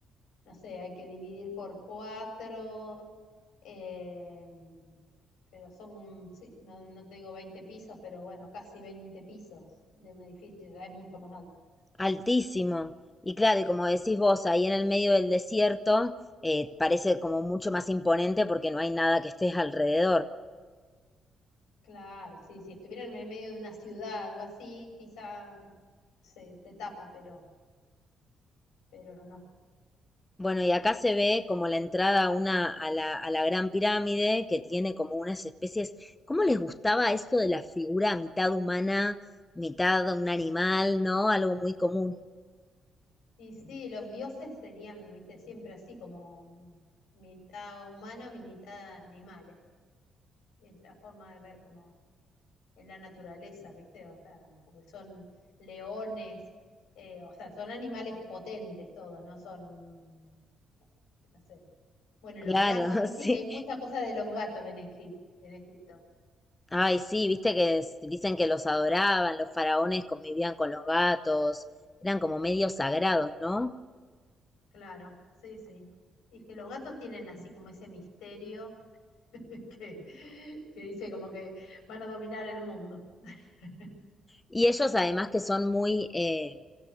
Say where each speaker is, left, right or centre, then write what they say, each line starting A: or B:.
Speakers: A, on the left; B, on the left.
A: no sé, hay que dividir por cuatro, eh, pero son, sí, no, no te digo 20 pisos, pero bueno, casi 20 pisos de un edificio, ya es mucho más alto.
B: altísimo. Y claro, y como decís vos, ahí en el medio del desierto, eh, parece como mucho más imponente porque no hay nada que estés alrededor.
A: Claro, sí, si estuviera en el medio de una ciudad, algo así, quizá se, se tapa, pero, pero no.
B: Bueno, y acá se ve como la entrada a una, a la, a la Gran Pirámide, que tiene como unas especies. ¿Cómo les gustaba esto de la figura mitad humana, mitad un animal, ¿no? Algo muy común.
A: Y sí, los dioses serían, viste, siempre así como mitad humanos y mitad animales. Es la forma de ver como en la naturaleza, viste, o sea, porque son leones, eh, o sea, son animales potentes todos, no son un, no sé. Bueno,
B: Claro,
A: los gatos, viste
B: <laughs> sí.
A: que hay mucha cosa de los gatos en Egip- en Egipto.
B: Ay, sí, viste que es- dicen que los adoraban, los faraones convivían con los gatos, eran como medios sagrados, ¿no?
A: Claro, sí, sí. Y es que los gatos tienen así como ese misterio <laughs> que, que dice como que van a dominar el mundo. <laughs>
B: Y ellos además que son muy, eh,